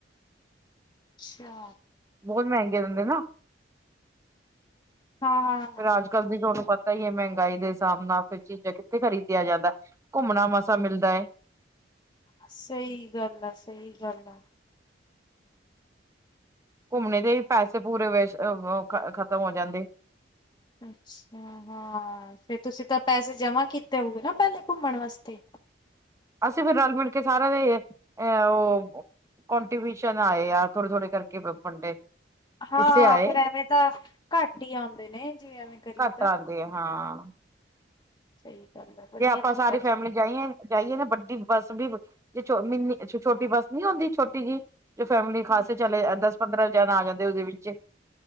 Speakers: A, on the left; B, on the right.
A: ਅੱਛਿਆ।
B: ਬਹੁਤ ਮਹਿੰਗੀ ਦਿੰਦੇ ਨਾ।
A: ਹਾਂ ਹਾਂ
B: ਫਿਰ ਅੱਜ ਕੱਲ ਦੀ ਤੁਹਾਨੂੰ ਪਤਾ ਈ ਐ ਮਹਿੰਗਾਈ ਦੇ ਹਿਸਾਬ ਨਾਲ ਫਿਰ ਚੀਜ਼ਾਂ ਕਿੱਥੇ ਖਰੀਦਿਆ ਜਾਂਦਾ। ਘੁੰਮਣਾ ਮਸਾ ਮਿਲਦਾ ਏ।
A: ਸਹੀ ਗੱਲ ਆ ਸਹੀ ਗੱਲ ਆ।
B: ਘੁੰਮਣੇ ਦੇ ਈ ਪੈਸੇ ਪੂਰੇ ਖਤਮ ਹੋ ਜਾਂਦੇ।
A: ਅੱਛਾ ਹਾਂ ਫਿਰ ਤੁਸੀਂ ਤਾਂ ਪੈਸੇ ਜਮ੍ਹਾਂ ਕੀਤੇ ਹੋਗੇ ਨਾ ਪਹਿਲੇ ਘੁੰਮਣ ਵਾਸਤੇ।
B: ਅਸੀਂ ਫਿਰ ਰਲ ਮਿਲ ਕੇ ਸਾਰਿਆਂ ਦੇ ਅਹ ਓ ਕੰਟਬਿਊਸ਼ਨ ਆਏ ਆ ਥੋੜੇ ਥੋੜੇ ਕਰਕੇ ਵੰਡੇ
A: ਹਾਂ
B: ਹਿੱਸੇ ਆਏ
A: ਫੇਰ ਐਵੇਂ ਤਾਂ ਘੱਟ ਹੀ ਆਂਦੇ ਨੇ ਜੇ ਐਵੇਂ ਕਰੀਏ
B: ਘੱਟ
A: ਤਾਂ।
B: ਆਉਂਦੇ ਆ ਹਾਂ।
A: ਸਹੀ ਗੱਲ ਆ ਵਧੀਆ
B: ਜੇ ਆਪਾਂ
A: ਕੀਤਾ
B: ਸਾਰੀ
A: ਚੱਲ
B: ਫੈਮਿਲੀ ਜਾਈਏ ਜਾਈਏ ਨਾ ਵੱਡੀ ਬੱਸ ਵੀ ਜੇ ਮੀਨੀ ਛੋਟੀ ਬੱਸ ਨੀ ਹੁੰਦੀ ਛੋਟੀ ਜੀ। ਜੋ ਫੈਮਿਲੀ ਖਾਸੇ
A: ਹਾਂਜੀ।
B: ਚਲੇ ਦਸ ਪੰਦਰਾਂ ਜਣਾ ਆ ਜਾਂਦੇ ਉਹਦੇ ਵਿੱਚ